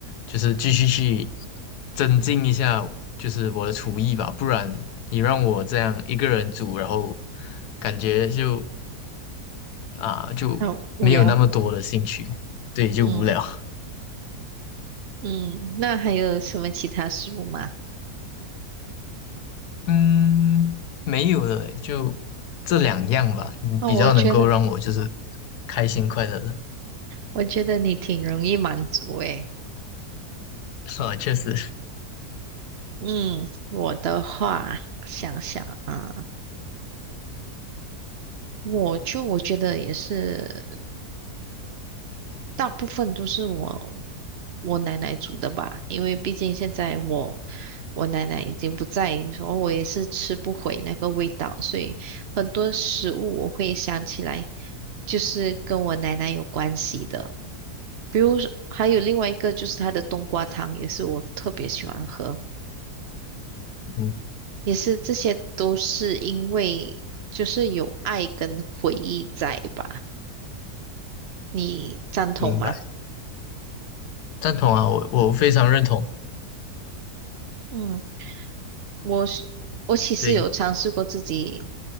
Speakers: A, on the left (about 75°); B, on the right (about 60°).
A: 就是继续去增进一下，就是我的厨艺吧。不然你让我这样一个人煮，然后感觉就啊，就没有那么多的兴趣，
B: 好无聊，
A: 对，就无聊。
B: 嗯。
A: <laughs>
B: 嗯，那还有什么其他食物吗？
A: 嗯，没有了诶就这两样吧，嗯，
B: 哦，
A: 比较能够让我就是
B: 我觉得，
A: 开心快乐的。
B: 我觉得你挺容易满足诶。
A: <laughs> 啊，确实，
B: 嗯，我的话，想想啊，我就我觉得也是，大部分都是我我奶奶煮的吧，因为毕竟现在我我奶奶已经不在，然后我也是吃不回那个味道，所以很多食物我会想起来，就是跟我奶奶有关系的。比如说还有另外一个就是它的冬瓜汤，也是我特别喜欢喝，
A: 嗯，
B: 也是这些都是因为就是有爱跟回忆在吧，你赞同吗？
A: 明白，赞同啊，我我非常认同。
B: 嗯，我是我其实有尝试过自己
A: 对，